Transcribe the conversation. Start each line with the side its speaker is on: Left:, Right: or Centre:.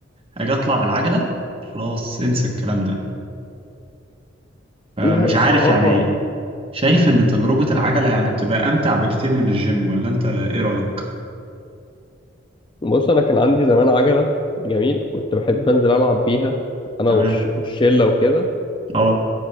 Right: اجي اطلع بالعجلة خلاص انسى الكلام ده آه،
Left: لا
Right: مش
Left: الصراحه
Right: عارف يعني ايه شايف ان تجربة العجلة يعني بتبقى امتع بكتير من الجيم ولا انت ايه رأيك
Left: بص انا كان عندي زمان عجله جميل كنت بحب انزل العب بيها انا
Right: تمام
Left: والش... والشله وكده
Right: اه